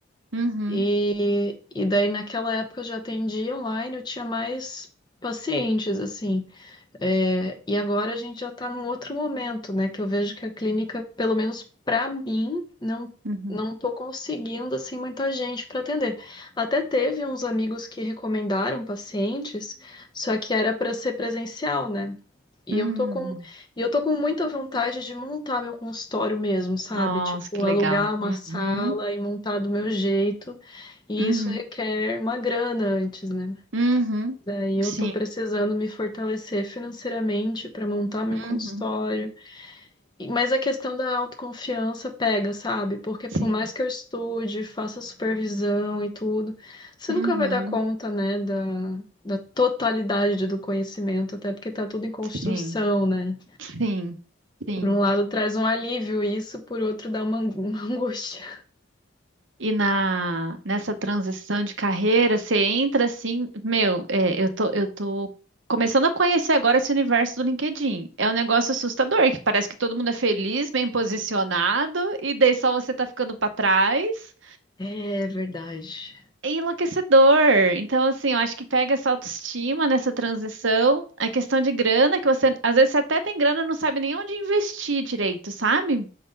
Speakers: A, on the right (about 65°); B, on the left (about 20°).
A: uhum,
B: E... e daí, naquela época, eu já atendia online, eu tinha mais pacientes, assim. É, e agora a gente já está num outro momento, né? Que eu vejo que a clínica, pelo menos para mim, não
A: uhum,
B: não estou conseguindo assim muita gente para atender. Até teve uns amigos que recomendaram pacientes, só que era para ser presencial, né? E
A: uhum.
B: eu tô com e eu tô com muita vontade de montar meu consultório mesmo, sabe?
A: Nossa,
B: Tipo,
A: que
B: alugar
A: legal.
B: uma
A: Uhum,
B: sala e montar do meu jeito. E
A: uhum,
B: isso requer uma grana antes, né?
A: uhum.
B: Daí eu
A: Sim,
B: tô precisando me fortalecer financeiramente para montar meu consultório.
A: uhum,
B: E- Mas a questão da autoconfiança pega, sabe? Porque por
A: sim,
B: mais que eu estude, faça supervisão e tudo, você
A: uhum,
B: nunca vai dar conta, né, da, da totalidade do conhecimento, até porque tá tudo em construção,
A: sim,
B: né?
A: sim, sim.
B: Por um lado traz um alívio isso, por outro dá uma, ang- <laughs> uma angústia.
A: E na, nessa transição de carreira, você entra assim, meu, é, eu tô, eu tô começando a conhecer agora esse universo do LinkedIn. É um negócio assustador, que parece que todo mundo é feliz, bem posicionado, e daí só você tá ficando pra trás.
B: É verdade.
A: É enlouquecedor. Então, assim, eu acho que pega essa autoestima nessa transição, a questão de grana, que você, às vezes você até tem grana e não sabe nem onde investir direito, sabe?